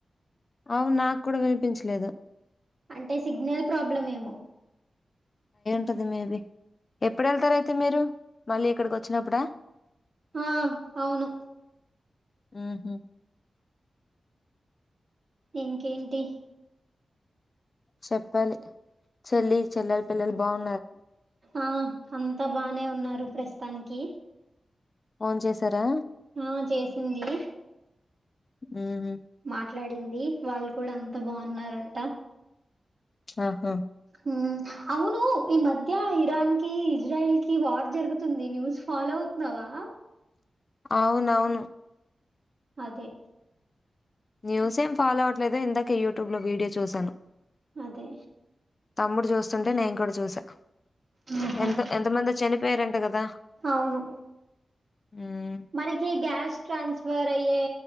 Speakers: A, on the left; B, on the right.
A: అవును నాకు కూడా వినిపించలేదు.
B: అంటే సిగ్నల్ ప్రాబ్లం ఏమో.
A: ఉంటది మేబీ. ఎప్పుడు వెళ్తరు అయితే మీరు మళ్ళీ ఇక్కడికి వచ్చినప్పుడా?
B: ఆ అవును.
A: హుహ్
B: ఇంకేంటి?
A: చెప్పాలి. చెల్లి చెల్లలు పిల్లలు బావుం
B: ఆ అంతా బానే ఉన్నారు ప్రస్తుతానికి.
A: ఫోన్ చేసారా?
B: ఆ చేసింది,
A: ఉహు
B: మాట్లాడింది వాళ్ళు కూడా అంత బావున్నారంటా.
A: ఆహా
B: హ్ అవును ఈ మధ్య ఇరాన్ కి, ఇజ్రాయిల్ కి వార్ జరుగుతుంది న్యూస్ ఫాలో అవుతున్నావా.
A: అవునవును.
B: అదే
A: న్యూస్ ఏం ఫాలో అవట్లేదా ఇందాకే యూట్యూబ్లో వీడియో చూశాను.
B: అదే
A: తమ్ముడు చూస్తుంటే నేను కూడా చూసా.
B: ఆహా
A: ఎంతో ఎంతమంది చనిపోయారంట కదా.
B: అవును
A: ఉమ్
B: మనకి గ్యాస్ ట్రాన్స్ఫర్ అయి అయ్యే